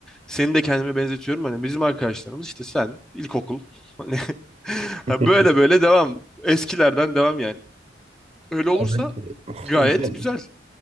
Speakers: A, in the centre; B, on the right (about 35°).
A: seni de kendime benzetiyorum hani bizim arkadaşlarımız işte sen ilkokul <laughs> hani <laughs> ha,
B: <laughs>
A: böyle böyle devam eskilerden devam yani. Öyle olursa
B: ya bence-
A: Gayet
B: en
A: güzel.